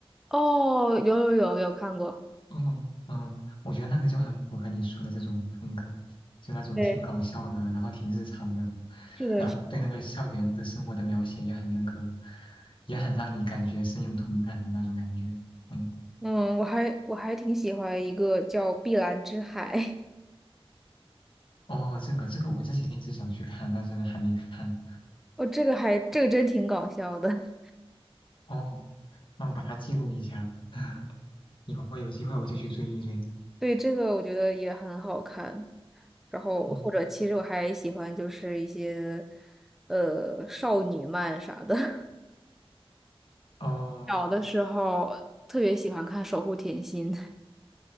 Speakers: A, in the centre; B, on the left.
A: 哦，有有有有看过，
B: 嗯嗯，我觉得那个就很符合你说的这种风格，就那种挺搞笑的，
A: 对，
B: 然后挺日常的，
A: 是的，
B: 然后对那个校园的生活的描写也很那个，
A: 是的。
B: 也很让你感觉深有同感的那种感觉。嗯，
A: 嗯，我还我还挺喜欢一个叫《碧蓝之海》，
B: 哦，这个这个我之前一直想去看，但是还没看。
A: <laughs> 哦，这个还这个真挺搞笑的，
B: 哦，那我把它记录一下，<laughs> 以后有机会我就去追一追。
A: <laughs> 对，这个我觉得也很好看。然后或者其实我还喜欢就是一些
B: 嗯，
A: 呃少女漫啥的。<laughs>
B: 哦
A: 小的时候特别喜欢看《守护甜心》，